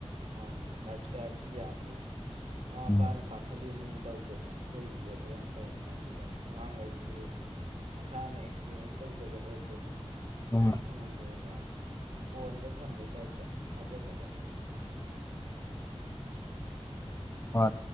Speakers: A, on the right; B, on the left.
A: ꯃꯥꯅꯦ ꯂꯥꯏꯐ ꯏꯁꯇꯥꯏꯜꯁꯨ ꯌꯥꯗ꯭ꯔꯦꯅꯦ ꯃꯃꯥ
B: ꯎꯝ
A: ꯃꯄꯥꯅ ꯄꯥꯈꯠꯂꯤꯕꯅꯦ ꯇꯧꯗꯅ ꯁꯣꯏꯈꯤꯒꯗ꯭ꯔꯅ ꯇꯧꯔꯤꯉꯩꯗꯨꯗ ꯑꯉꯥꯡꯈꯩꯗꯨꯗꯤ ꯃꯁꯥꯅ ꯑꯦꯛꯁꯄꯤꯔꯤꯌꯦꯟꯁ ꯇꯧꯖꯒꯗꯕꯗꯣ
B: ꯎꯝ
A: ꯑꯝ ꯐꯪꯍꯟꯗ꯭ꯔꯦ ꯄꯣꯟꯗ ꯊꯝꯕꯩ ꯇꯥꯏꯞꯇ ꯈꯥꯖꯤꯜꯂꯒ
B: ꯍ